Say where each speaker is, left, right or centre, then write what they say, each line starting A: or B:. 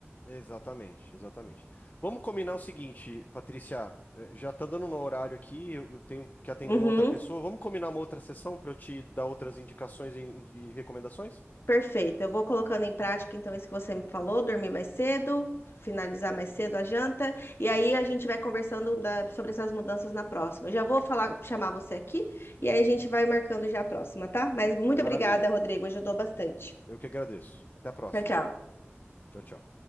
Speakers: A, on the left; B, on the left.
A: Exatamente, exatamente. Vamos combinar o seguinte, Patrícia, eh, já tá dando no horário aqui, eu, eu tenho que atender
B: Uhum.
A: uma outra pessoa. Vamos combinar uma outra sessão para eu te dar outras indicações e, e recomendações?
B: Perfeito. Eu vou colocando em prática então isso que você me falou, dormir mais cedo, finalizar mais cedo a janta, e aí a gente vai conversando da- sobre essas mudanças na próxima. Eu já vou falar, chamar você aqui e aí a gente vai marcando já a próxima, tá? Mas muito
A: Maravilha.
B: obrigada, Rodrigo, ajudou bastante.
A: Eu que agradeço. Até a próxima.
B: Tchau, tchau.
A: Tchau, tchau.